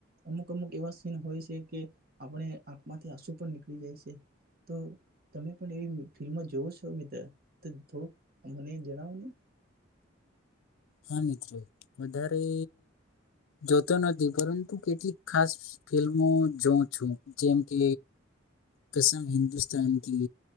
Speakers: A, on the right (about 50°); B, on the left (about 85°).
A: અમુક અમુક એવા સીન હોય છે કે આપણે આંખમાંથી આંસુ પણ નીકળી જાય છે તો તમે પણ એવી ફિલ્મમાં જોવો છો થોડુંક મને જણાવો ને
B: હા મિત્રો વધારે જોતો નથી પરંતુ કેટલીક ખાસ ફિલ્મો જોઉં છું જેમ કે કસમ હિન્દુસ્તાાન ક